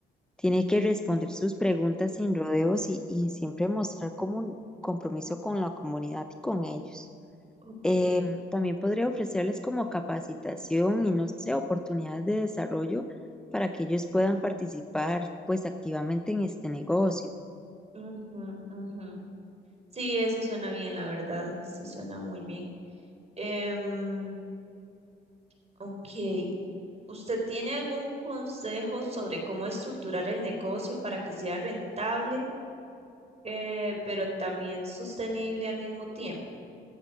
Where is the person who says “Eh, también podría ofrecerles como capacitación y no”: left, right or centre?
Centre